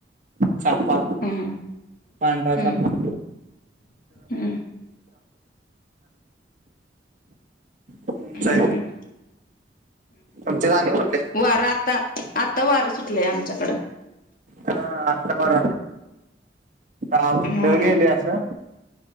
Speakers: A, on the right; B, on the left.
A: छपा
B: हम्म
A: पांढराचा
B: हम्म
A: आप
B: हम्म
A: उचचाय
B: हम्म हम्म
A: आुमचे गाणे कुठले
B: वार आता आता वारं सुटलंय आमच्याकडं
A: हा आता मार आम
B: हम्म
A: ढगेले असं